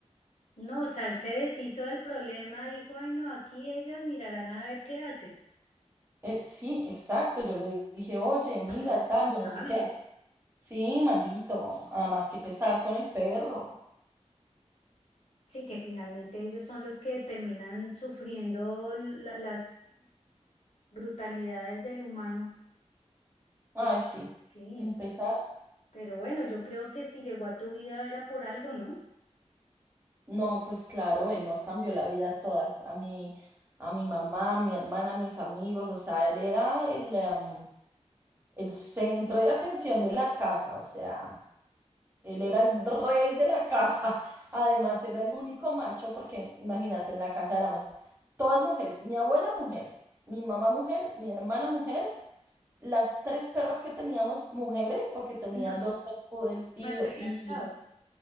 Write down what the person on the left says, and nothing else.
No, o sea, él se deshizo del problema, dijo, ay, no, aquí ellas mirarán a ver qué hacen.
Qué irresponsable.
Sí, que finalmente ellos son los que terminan sufriendo la- las brutalidades del humano.
Que,
sí,
pero bueno, yo creo que si llegó a tu vida era por algo, ¿no?
No,
matriarcado.